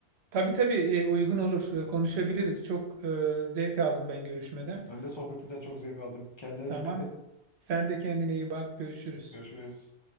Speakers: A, on the right; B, on the left.
A: Tabii tabii e, uygun olur. E, Konuşabiliriz. Çok e, zevk aldım ben görüşmeden.
B: Ben de sohbetinden çok zevk aldım. Kendine
A: Tamam.
B: dikkat et.
A: Sen de kendine iyi bak. Görüşürüz.
B: Görüşürüz.